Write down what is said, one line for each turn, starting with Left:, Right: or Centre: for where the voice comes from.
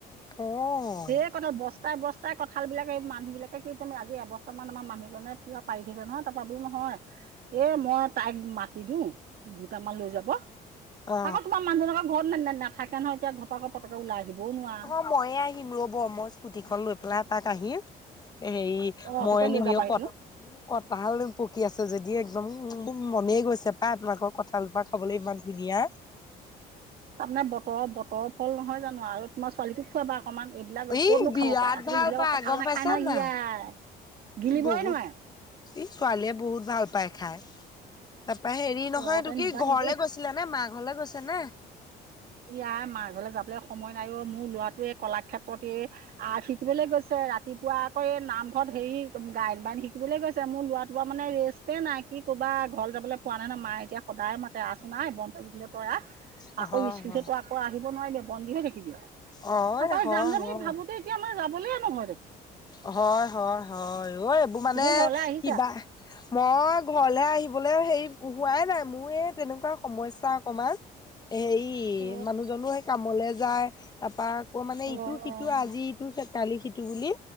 Left: অওওওও।
Right: সেইটো কঁঠাল বস বস্তাই-বস্তাই কঁঠালবিলাক এই মানুহ বিলাকে কি তুমি আজি এবস্তা মান আমাৰ মানুহজনে পুৰা পাৰি থৈছে নহয় তাৰাপৰা বুলি নহয়। এ', মই তাইক মাতি দিওঁ, দুটামান লৈ যাব?
Left: অ
Right: আকৌ তোমাৰ মানুহজনক ঘৰত নে-নে-নাথাকে নহয় এতিয়া ঘৰৰ পৰা আকৌ পতককে ওলাই আহিবও নোৱাৰা?
Left: মইয়ে আহিম ৰব, মই স্কুটি খন লৈ পেলাই তাত আহিম, এ', হেৰি।
Right: অ
Left: মৰিয়নি
Right: তেতিয়া লৈ যাবাহিচোন
Left: মিও ক'ত? কঁঠাল পকি আছে যদি একদম উম'-উম', মোৰ মনেই গৈছে পায় আপোনালোকৰ কঁঠালজোপাক খাবলৈ ইমান ধুনীয়া।
Right: তাৰমানে বতৰৰ-বতৰৰ ফল নহয় জানোঁ আৰু। তোমাৰ ছোৱালীকো খোৱাবা অকণমান এইবিলাক ক'ত
Left: ই
Right: নো
Left: বিৰাট
Right: খাব পাৰে আজিকালি
Left: ভাল
Right: এইবিলাকক
Left: পাই
Right: কঁঠাল
Left: গম
Right: না
Left: পাইছা
Right: খাই নহয়
Left: নাই
Right: ইয়াই। গিলিবই
Left: বহুত
Right: নোৱাৰে।
Left: ই ছোৱালীয়ে বহুত ভাল পায় খাই, তাৰাপৰা হেৰি
Right: তহঁতে
Left: নহয় এইটো কি
Right: নিবাহি
Left: ঘৰলৈ
Right: দেই
Left: গৈছ আছিলে নে মা ঘৰলৈ গৈছে নে?
Right: ইয়া মা ঘৰলৈ যাবলৈ সময় নাই ও মোৰ লৰাটোৱে কলাক্ষেত্ৰত এই। আৰ্ট শিকিবলৈ গৈছে ৰাতিপুৱা আকৌ এই নামঘৰত হেৰি গায়ন-বায়ন শিকিবলৈ গৈছে মোৰ। ৰাতিপুৱা মানে ৰেস তে নাই কি ক'বা ঘৰলে যাবলৈ পোৱা নাই না মায় এতিয়া সদায় মাতে আছোন-আহ বন্ধ থাকি দিলে পৰা আহ।
Left: হয়
Right: আকৌ স্কুল
Left: হয়।
Right: চতো আকৌ আহিব নোৱাৰিবি বন্দী হৈ থাকিবি আৰু
Left: অ
Right: তাৰপৰা
Left: হয়
Right: যাম যামেই
Left: হয়
Right: ভাবোতে। তেতিয়া আমাৰ যাবলেই নহয় দেখোন।
Left: অ', -হয়-হয়-হয়, ওই এইবোৰ মানে
Right: তুমি ঘৰলৈ আহিছা
Left: কিবা। মই ঘৰলে আহিবলৈ হেৰি হোৱাই নাই মোৰ এই তেনেকুৱা সমস্যা অকমান। এ হেৰি
Right: অ',
Left: মানুহজনো সেই কামলে যায়। তাৰপা আকৌ মানে
Right: অ',
Left: ইটো-সিটো আজি ইটো কালি সিটো বুলি।